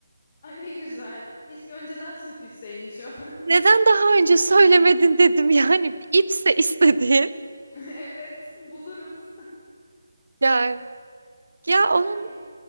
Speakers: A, on the left; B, on the right.
A: Ay ne güzel. Keşke önceden sökülseymiş o.
B: Neden daha önce söylemedin dedim <laughs> yani bir ipse istediğin.
A: <laughs> Evet, buluruz. <laughs>
B: Yani Ya
A: Ya
B: onun
A: he-